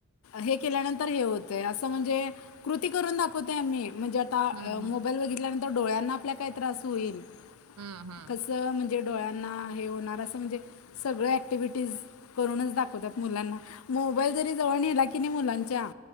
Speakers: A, on the left; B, on the right.
A: हे केल्यानंतर हे होतय असं म्हणजे कृती करून दाखवत नाही आम्ही म्हणजे आता
B: हम्म हम्म
A: मोबाईल बघितल्या नंतर डोळ्यांना आपल्या काही त्रास होईल
B: हम्म हा.
A: कसं म्हणजे डोळ्यांना हे होणार असं म्हणजे सगळं ॲक्टिव्हिटीज करूनच दाखवतात, मुलांना मोबाईल जरी जवळ नेला कणी मुलांच्या